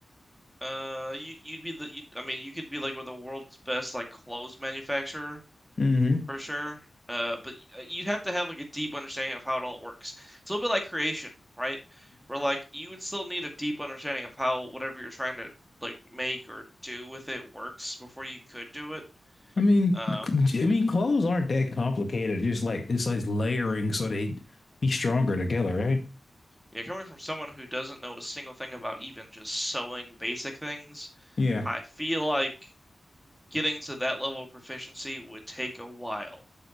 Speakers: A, in the centre; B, on the left.
A: Uh, you you'd be the you, I mean, you could be like with the world's best like clothes manufacturer,
B: hmm
A: for sure. Uh, but y- you have to have like a deep understanding of how it all works. It's a little bit like creation, right? Where like you would still need a deep understanding of how whatever you're trying to like make or do with it works before you could do it.
B: I mean,
A: Um,
B: I mean, clothes aren't that complicated. Just like it's like layering so they be stronger together, right?
A: yeah, coming from someone who doesn't know a single thing about even just sewing basic things,
B: Yeah.
A: I feel like getting to that level of proficiency would take a while.